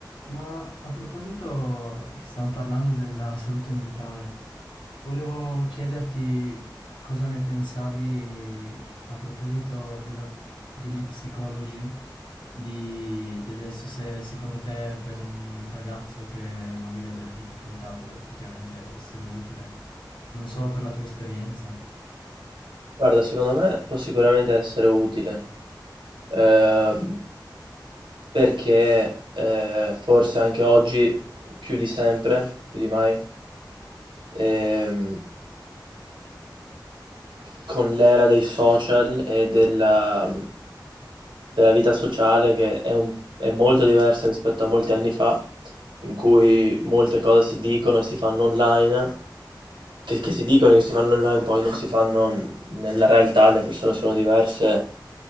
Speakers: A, on the left; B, on the right.
A: Ma a proposito che stavamo parlando della salute mentale, volevo chiederti cosa ne pensavi a proposito della- degli psicologi di, di adesso, se secondo te per un ragazzo che magari ha delle difficoltà può effettivamente essere utile. Non so per la tua esperienza.
B: Guarda, secondo me può sicuramente essere utile, ehm, perché eh, forse anche oggi, più di sempre, più di mai, ehm, con l'era dei social e della, della vita sociale che è, un- è molto diversa rispetto a molti anni fa, in cui molte cose si dicono e si fanno online, che, che si dicono e che si fanno online, poi non si fanno nella realtà, le persone sono diverse,